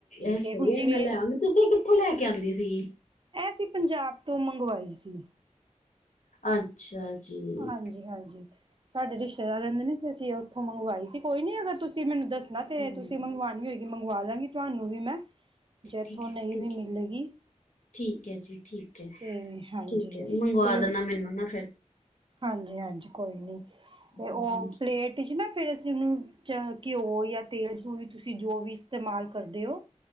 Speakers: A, on the left; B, on the right.
A: ਐ
B: ਤੇ
A: ਸਈ
B: ਹੁਣ ਜਿਵੇਂ
A: ਐ ਮੈਂ ਲੈ ਆਗੀ ਤੁਸੀਂ ਕਿਥੋਂ ਲੈ ਕੇ ਆਂਦੀ ਸੀਗੀ?
B: ਐ ਅਸੀ ਪੰਜਾਬ ਤੋਂ ਮੰਗਵਾਈ ਸੀ।
A: ਅੱਛਾ ਜੀ!
B: ਹਾਂਜੀ-ਹਾਂਜੀ ਸਾਡੇ ਰਿਸ਼ਤੇਦਾਰ ਰੈੱਦੇ ਨੇ, ਅਸੀਂ ਓਥੋਂ ਮੰਗਵਾਈ ਸੀ। ਕੋਈ ਨੀ ਅਗਰ ਤੁਸੀਂ ਮੈਨੂੰ ਦੱਸ ਨਾ ਤੇ
A: ਹੂੰ
B: ਤੁਸੀਂ ਮੰਗਵਾਣੀ ਹੋਏਗੀ ਮੰਗਵਾ ਦਾਂਗੀ ਤੁਆਨੂੰ ਵੀ ਮੈਂ। ਦੇ ਏਥੋਂ
A: ਠੀਕ ਹੈ
B: ਨਈ
A: ਠੀਕ
B: ਵੀ ਮਿਲੇਗੀ।
A: ਹੈ ਠੀਕ ਐ ਜੀ, ਠੀਕ ਐ-ਠੀਕ
B: ਤੇ ਹਾਂਜੀ
A: ਐ ਮੰਗਵਾ
B: ਤੇ
A: ਦੇਣਾ ਮੈਨੂੰ ਨਾ ਫੇਰ
B: ਹਾਂਜੀ-ਹਾਂਜੀ ਕੋਈ ਨੀ, ਤੇ ਓ
A: ਹੂੰ
B: ਪਲੇਟ ਚ ਨਾ ਫੇਰ ਅਸੀਂ ਓਨੂੰ ਚ ਘਿਓ ਯਾਂ ਤੇਲ ਚੋ ਤੁਸੀਂ ਜੋ ਵੀ ਇਸਤੇਮਾਲ ਕਰਦੇ ਓ